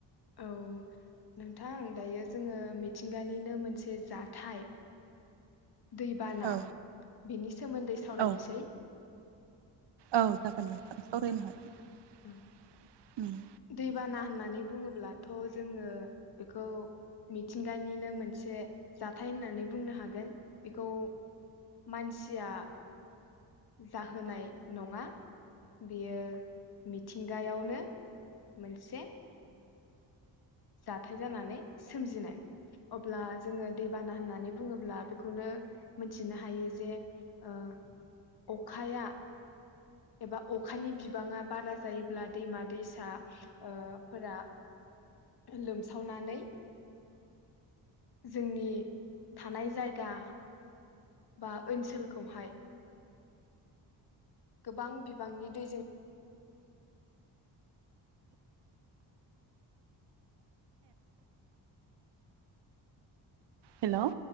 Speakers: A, on the left; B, on the right.
A: औ नोंथां दायो जोङो मिथिंगानिनो मोनसे जाथाय दैबाना
B: औ
A: बिनि सोमोन्दै सावरायनोसै।
B: औ औ जागोन नोंथां सावरायनो
A: ओं
B: हागोन
A: ओं
B: ओम
A: दैबाना होननानै बुङोब्लाथ' जोङो बेखौ मिथिंगानिनो मोनसे जाथाय होननानै बुंनो हागोन। बेखौ मानसिया जाहोनाय नङा, बियो मिथिंगायावनो मोनसे जाथाय जानानै सोमजिनाय। अब्ला जोङो दैबाना होननानै बुङोब्ला बेखौनो मिथिनो हायो जे ओ अखाया एबा अखानि बिबाङा बारा जायोब्ला दैमा-दैसा ओ फोरा लोमसावनानै जोंनि थानाय जायगा बा ओनसोलखौहाय गोबां बिबांनि दैजों
B: हेल'!